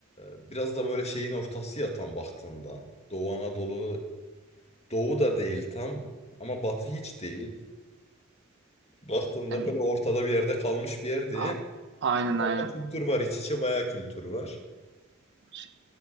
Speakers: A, on the left; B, on the right.
A: biraz da böyle şeyin ortası ya tam baktığında. Doğu Anadolu, Doğu da değil tam ama Batı hiç değil. Baktığında
B: Yani
A: böyle ortada bir yerde kalmış bir yer diye.
B: a- aynen
A: Çok fazla
B: aynen.
A: kültür var iç içe bayağı kültür var.
B: Ş-